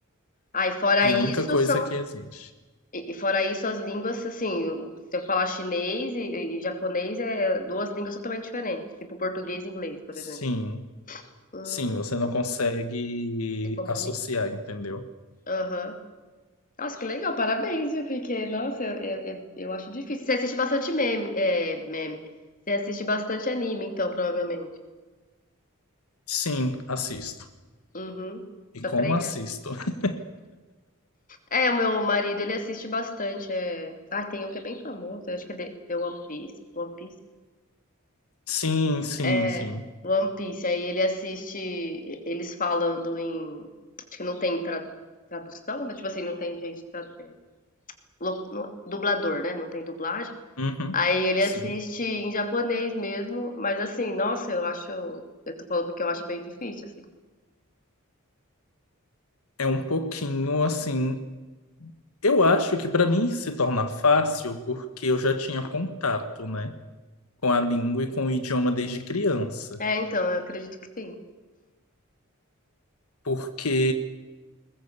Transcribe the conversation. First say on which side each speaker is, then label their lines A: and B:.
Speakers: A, on the left; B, on the left.
A: Ah, e fora
B: É
A: isso
B: a única coisa
A: são,
B: que existe.
A: e e fora isso as línguas, assim, se eu falar chinês e, e japonês é duas línguas totalmente diferentes, tipo português e inglês, por
B: Sim,
A: exemplo. Hum,
B: sim, você não consegue
A: Se comunica.
B: associar, entendeu?
A: Aham. Nossa, que legal, parabéns, viu? Porque, nossa, eu, eu, eu- eu acho difícil. Você assiste bastante meme, é, meme. Você assiste bastante anime, então, provavelmente.
B: Sim, assisto.
A: Uhum,
B: E
A: pra
B: como
A: treinar.
B: assisto? <laughs>
A: É, o meu marido, ele assiste bastante. É... Ah, tem um que é bem famoso, eu acho que é The, The One Piece. One Piece?
B: Sim, sim,
A: É,
B: sim.
A: One Piece. Aí ele assiste eles falando em. Acho que não tem tra- tradução, né? Tipo assim, não tem gente. Tra... é, lo- no- Dublador, né? Não tem dublagem.
B: Uhum,
A: Aí ele
B: sim.
A: assiste em japonês mesmo, mas assim, nossa, eu acho. Eu tô falando porque eu acho bem difícil, assim.
B: É um pouquinho assim. Eu acho que para mim se torna fácil porque eu já tinha contato, né, com a língua e com o idioma desde criança.
A: É, então, eu acredito que sim.
B: Porque